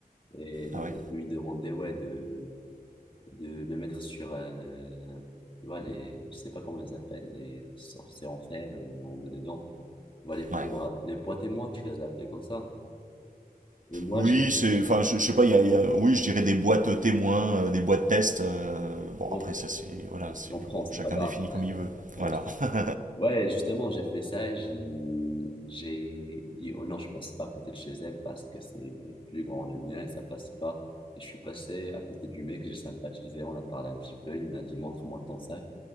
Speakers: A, on the left; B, on the right.
A: Et l'hôtesse
B: Ah ouais
A: lui demandait, ouais, de, de le mettre sur, euh, tu vois, les, je sais pas comment ils appellent, les sorts, c'est en fer et on met dedans. Voilà, les poids,
B: Ouais.
A: les poids témoins, tu les as appelés comme ça. Et moi,
B: Oui,
A: j'ai,
B: c'est, enfin, je, je sais pas, il y a, il y a- oui, je dirais des boîtes témoins, euh, des boîtes tests. euh, bon,
A: bon,
B: après, ça, c'est, voilà,
A: on se
B: c'est,
A: comprend,
B: bon,
A: c'est
B: chacun
A: pas grave.
B: définit comme il veut.
A: On
B: Voilà.
A: se-
B: <laughs>
A: Ouais, justement, j'ai fait ça, et je- j'ai dit, oh non, je passe pas à côté de chez elle parce que c'est plus grand le mien, ça passe pas. Et je suis passé à côté du mec, j'ai sympathisé, on a parlé un petit peu, il m'a dit, montre-moi ton sac.